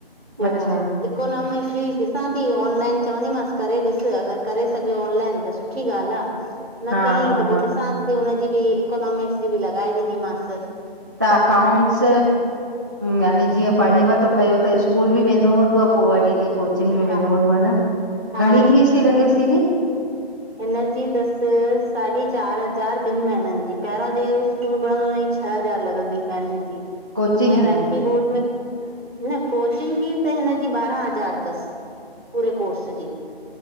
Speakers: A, on the right (about 80°); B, on the right (about 15°).
A: पो
B: अच्छा
A: -- इकोनॉमिक्स जी ॾिसां थी ऑनलाइन चवंदीमांस करे ॾिसे अगर करे सघियो ऑनलाइन त सुठो -- सुठी ॻाल्ह आ। न
B: हा
A: कईं
B: हा
A: त
B: हा
A: पो ॾिसांस ती हुनजी बि इकोनॉमिक्स जी बि लॻाए ॾींदीमास।
B: त अकाउंटस यानी जीअं पढ़ेव तो पयो त स्कूल बि वेंदो हूंदो अ पो वरी हिते कोचिंग में
A: हा
B: वेंंदो हूंदोव न
A: हा
B: घणी फीस ती लॻेस दीदी?
A: हिन जी तस साढी चार हज़ार ॿिन महनन जी पेरियों जी <unintelligible> छह हज़ार लॻंदी मान
B: कोचिंग
A: हिर
B: जी
A: आन फी बोर्ड में न कोचिंग जी त हिनजी ॿारां हज़ार तस। पूरे कोर्स जी